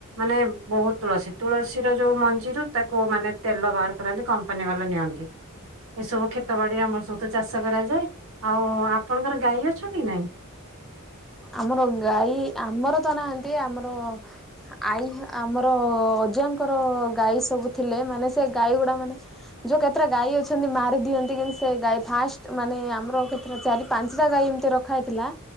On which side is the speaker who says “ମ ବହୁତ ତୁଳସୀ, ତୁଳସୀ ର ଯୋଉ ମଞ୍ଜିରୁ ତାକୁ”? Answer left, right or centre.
Right